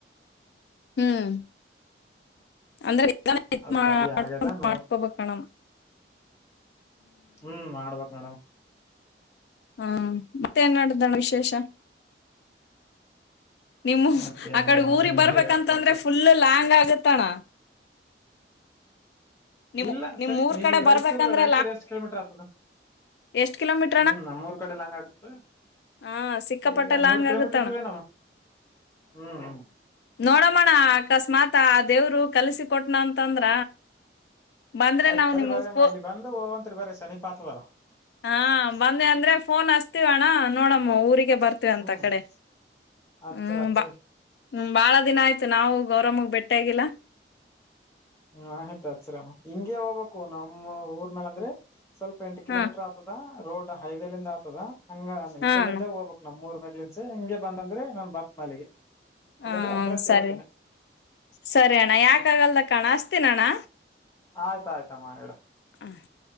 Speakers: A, on the left; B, on the left.
A: ಹ್ಮ್ ಅಂದ್ರೆ
B: ಅದಕ್ಕಾಗಿ
A: ಮಾಡಸ
B: ಆಗ್ಯದ ನೋಡ್
A: ಬಣ
B: ಹ್ಮ್ ಮಾಡ್ಬೇಕೇಕ್ ಮೇಡಮ್
A: ಹಾ ಮತ್ತೆ ನ್ ಮಾಡಡ್ದಣ ವಿಶೇಷ ನಿಮ್ಮ
B: ಮತ್ತ ಏನಿಲ್ಲ
A: ಆಕಡೆ
B: ನೋಡಮ್
A: ಊರಿಗೆ
B: ನೀವೇ
A: ಬರ್ಬೇಕಂತಂದ್ರೆ
B: ಹೇಳ್ಬೇಕು
A: ಫುಲ್ ಲ್ಯಾಂಗ್ ಆಗತ್ತಣ ನಿಮ್
B: ಇಲ್ಲ
A: ನಿಮ್
B: ಸನೀಪ್
A: ಊರ್
B: ನೀಗ
A: ಕಡೆ
B: ಈಗ ರಾಯಚೂರ್
A: ಬರ್ಬೇಕಂದ್ರೆ
B: ರಾಯಚೂರ್ ಎಷ್ಟು ಕಿಲೋಮೀಟರ್ ಆತದ
A: ಎಷ್ಟ ಕಲಮೀರ್
B: ಹ್ಮ್ ನಮ್ಮೂರ್ ಕಡೆಲ್ಲ ಹಂಗ ಆಡತ
A: ಹಾ ಸಿಕ್ಕಾಪಟ್ಟೆ
B: ಈಗ ನೂರ್
A: ಲಾಂಗ್
B: ಕಿಲೋಮೀಟರ್
A: ಆಗತ್ತಣ
B: ಇರ್ತದೆ ನಮ್ಮ ಹ್ಮ್.
A: ನೋಡಮ್ಮಣ ಅಕಸ್ಮಾತ್ ಆ ದೇವ್ರು ಕಲ್ಸಿ ಕೊಟನ ಅಂತಂದ್ರ. ಬಂದ್ರೆ
B: ಆಯ್ತು
A: ನಾವ್
B: ಬರಿ
A: ನಿಮಗ್
B: ಬರಿ ಅಮ್ಮ
A: ಫೋ
B: ಇಲ್ಲಿ ಬಂದು ಹೋಗವಂತತ್ರಿ ಬರಿ ಸಮೀಪಾಯ್ತದಲ್ಲ.
A: ಹಾ ಬಂದೆ ಅಂದ್ರೆ ಫೋನ್ ಹಸ್ತಿವಣ ನೋಡಮ್ಮ ಊರಿಗೆ ಬರ್ ಅಂತ
B: ಹ್ಮ್
A: ಕಡೆ
B: ಹಚ್ರಿ
A: ಹ್ಮ್
B: ಹಚ್ರಿ
A: ಬಾ ಹ್ಮ್ ಬಾಳ ದಿನ ಆಯ್ತು ನಾವು ಗೌರವಮ್ಮಗ್ ಬೆಟ್ಟೆ ಆಗಿಲ್ಲಾ.
B: ಹ್ಮ ಆಯ್ತು ಅಚ್ಚರಿಮ್ಮ ಹಿಂಗೆ ಹೋಗ್ಬೇಕು ನಮ್ಮ್ಊರ್ ಮೇ ಅಂದ್ರೆ ಸ್ವಲ್ಪ ಎಂಟು ಕಿಲೋಮೀಟರ್.
A: ಹಾ
B: ಆಗ್ತದ ರೋಡ್ ಹೈವೇಲಂದ ಆತದ ಹಂಗ ಇ
A: ಹಾ
B: ಕಿದ್ದೆ
A: ಅಣ್ಣ
B: ಹೋಗ್ಬೇಕ. ನಮ್ ಮೂರ್ ಮಕ್ಳನ್ಸ ಹಿಂಗೆ ಬಂದ್ರೆ ನಾನ್ ಬರ್ತ್ನ ಅಲ್ಲಿಗೆ.
A: ಹಾ
B: ಇಲ್ಲಾಂದ್ರೆ ಅಡ್ರೆಸ್
A: ಸರಿ
B: ಹೇಳ್ತೇನೆ
A: ಸರಿ ಅಣ್ಣ ಯಾಕಗಲ್ದ ಕಣ ಅಸ್ತೀನ ಅಣ್ಣ.
B: ಆಯ್ತ ಆಯ್ತಾ ಅಮ್ಮಾ ಇಡು.
A: <inaudible>